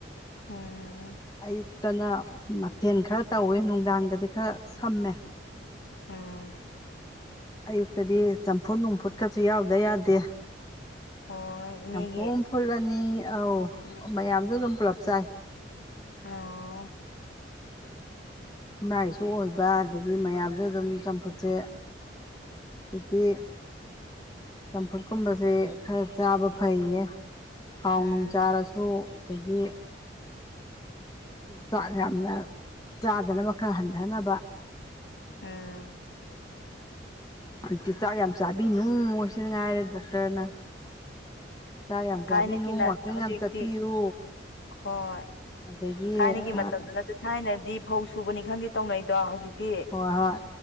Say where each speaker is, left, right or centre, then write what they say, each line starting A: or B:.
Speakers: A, on the left (about 65°); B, on the left (about 20°).
A: ꯎꯝ
B: ꯑꯌꯨꯛꯇꯅ ꯃꯊꯦꯜ ꯈꯔ ꯇꯧꯋꯦ ꯅꯨꯡꯗꯥꯡꯗꯗꯤ ꯈꯔ ꯁꯝꯃꯦ
A: ꯎꯝ
B: ꯑꯌꯨꯛꯇꯗꯤ ꯆꯝꯐꯨꯠ ꯅꯨꯡꯐꯨꯠꯀꯁꯨ ꯌꯥꯎꯗ ꯌꯥꯗꯦ
A: ꯍꯣꯏ ꯏꯅꯦꯒꯤ
B: ꯆꯝꯐꯨ ꯐꯨꯜꯕꯅꯤ ꯑꯥꯎ
A: ꯎꯝ
B: ꯃꯌꯥꯝꯁꯨ ꯑꯗꯨꯝ ꯄꯨꯂꯞ ꯆꯥꯏ
A: ꯑꯣ
B: ꯏꯃꯥꯏꯁꯨ ꯑꯣꯏꯕ ꯑꯗꯒꯤ ꯃꯌꯥꯝꯁꯨ ꯑꯗꯨꯝ ꯆꯝꯐꯨꯠꯁꯦ ꯑꯗꯨꯗꯤ ꯆꯝꯐꯨꯠꯀꯨꯝꯕꯁꯦ ꯈꯔ ꯆꯥꯕ ꯐꯩꯌꯦ ꯊꯥꯎ
A: ꯎꯝ
B: ꯅꯨꯡ ꯆꯥꯔꯁꯨ ꯑꯗꯒꯤ ꯆꯥꯛ ꯌꯥꯝꯅ ꯐꯗꯅꯕ ꯈꯔ ꯍꯟꯊꯅꯕ
A: ꯎꯝ
B: ꯍꯧꯖꯤꯛꯇꯤ ꯆꯥꯛ ꯌꯥꯝ ꯆꯥꯕꯤꯅꯨ ꯑꯣꯏꯁꯤ ꯉꯥꯏꯔꯦ ꯗꯣꯛꯇꯔꯅ ꯆꯥꯛ ꯌꯥꯝ
A: ꯊꯥꯏꯅꯒꯤꯅ
B: ꯆꯥꯕꯤꯅꯨ ꯋꯥꯀꯤꯪ
A: ꯍꯧꯖꯤꯛꯇꯤ
B: ꯌꯥꯝ ꯆꯠꯄꯤꯌꯨ
A: ꯍꯣꯏ
B: ꯑꯗꯒꯤ
A: ꯊꯥꯏꯅꯒꯤ
B: ꯑ
A: ꯃꯇꯝꯗꯨꯅꯁꯨ ꯊꯥꯏꯅꯗꯤ ꯐꯧ ꯁꯨꯕꯅꯤ ꯈꯪꯗꯦ ꯇꯧꯅꯩꯗꯣ ꯍꯧꯖꯤꯛꯇꯤ
B: ꯍꯣꯏ ꯍꯣꯏ